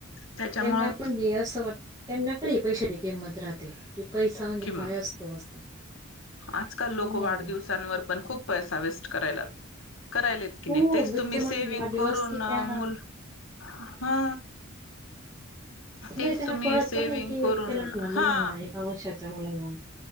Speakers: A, on the left; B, on the right.
A: त्याच्यामुळं
B: त्यांना म्हण असं वाट त्यांना खरी पैशाची किंमत राहते. की पैसा म्हणजे
A: किं
B: काय असतो असं.
A: आजकाल लोक
B: हो.
A: वाढदिवसांवर पण खूप पैसा वेस्ट कराय लागत. करायलात की
B: हो
A: नाही तेच
B: बिकते
A: तुम्ही
B: म्हटले
A: सेविंग
B: वाढदिवस
A: करून
B: की त्या
A: मुल हा
B: नाही
A: तेच
B: त्यांना
A: तुम्ही
B: कळत
A: सेविंग
B: पण नाही की
A: करून
B: त्या लहान लहान मुलांना
A: हा
B: एका वर्षाच्या मुलाला